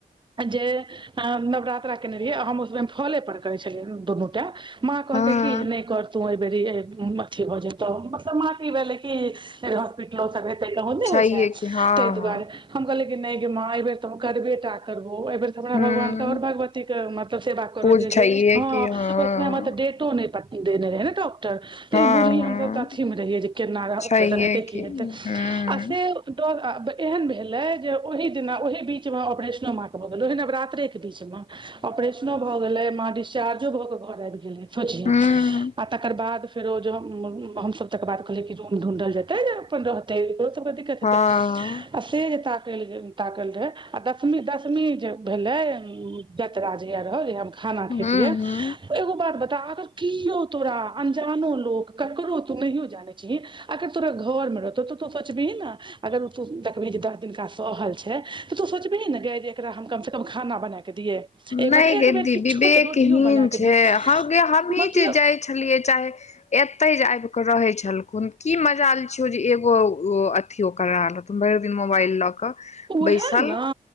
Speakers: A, on the right (about 30°); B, on the left (about 50°).
A: जे नवरात्र केने रहियै हम ओ समय फले पर करै छलियै दुनू टाइम माॅं कहलकै
B: हँ
A: कि नहि कर तू एहि बेर अथी भऽ जेतौ मतलब माॅं कऽ ई भेलै कि लो से तैय होदे
B: छैहे
A: होइ छैय
B: कि हँ
A: तहि
B: हँ
A: दुआरे हम कहलिये कि नहिे गे माँ ऐबेर तऽ करबेटा करबो एहि बेर तऽ हमरा
B: हूँ
A: भगवान तऽ गखडऔर भगवती मतलब सेवा करऽ
B: पूज
A: दे
B: छैहे
A: जे हँ
B: कि
A: ओहि
B: हँ
A: समय मऽ तऽ डेटो नहि देने रहै नऽ डाॅक तऽ
B: हँ
A: ई बुझी
B: हँ
A: हम सब तऽ अथी मे रहियै जे केना ऑपरेशन
B: छैहे
A: हेतै
B: कि
A: की हेतै
B: हूँ हँ
A: आ से डर एहन भेले जे ओहि दिना ओहि बीच मे ऑपरेशनो माॅं के भऽ गेलै ओही नवरात्रे के बीच मऽ ऑपरेशनो भऽ गेलै मां डिस्चार्जो भऽ कऽ घर आबि गेलै सोचही
B: हूँ
A: आ तकर बाद फेरो जऽ हमसब तकर बाद कहलियै कि रूम ढूँढ़ल जेतै जऽ अपन रहतै तऽ ओकरो सब कऽ दिक्कत
B: हँ
A: हेतै आ से जे ताकैल गे ताकल रहै आ दसमी दसमी जे भेलै जतरा जहिया रहल जहिया हम खाना
B: हूँ
A: खैतियै
B: हूँ
A: एगो बात बता अगर कियौ तोरा अन्जानो लोक ककरो तू नहियो जानै छिही अगर तोरा घर मऽ रहतौ तऽ तू सोचबही नऽ अगर तू देखबही जे दस दिनका सहल छैय छैय तऽ तू सोचबही ने गैय जे एकरा हम कमसँ कम खाना बनाए कऽ दियै ए
B: नै
A: मतलब
B: गे
A: एक बेर
B: दीदी
A: किछो
B: वेकहीन
A: तऽ रोटियो बनाके
B: छैय
A: दी
B: हगे हमहीं
A: मतलब
B: जे जाइ छलियै चाहे एतै जे आयब रहे छलखुन की मजाल छियौ जे एगो अथी ओ करा लथुन भैर दिन मे मोबइल लऽ कऽ
A: ओहे
B: बैसल
A: नऽ